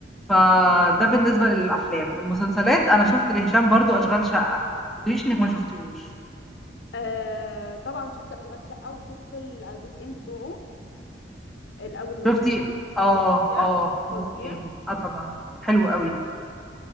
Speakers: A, in the centre; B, on the left (about 65°).
A: فده بالنسبة للأفلام المسلسلات أنا شفت لهشام برضو أشغال شقة ما تقوليش إنك ما شفتيهوش
B: آه طبعا شفت اشغال شقه وشفت الجزئين بتوعه الاول والتاني
A: شفتي اه
B: فظيع
A: اه جزئين
B: فظيع
A: اه طبعا حلو قوي